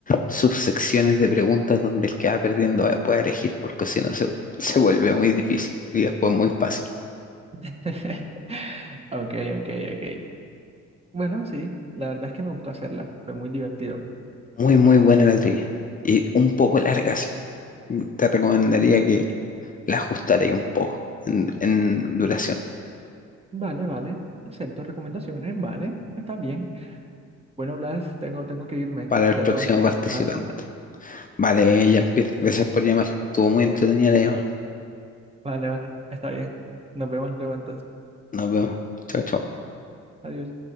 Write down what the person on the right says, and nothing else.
<laughs> Ok, ok, ok. Bueno, sí, la verdad es que me gustó hacerla. Fue muy divertido.
Vale, vale. Acepto recomendaciones, vale. Está bien. Bueno, Blas, tengo, tengo que irme.
Ya
tengo que ir
a trabajar.
Vale, vale. Está bien. Nos vemos luego entonces.
Adiós.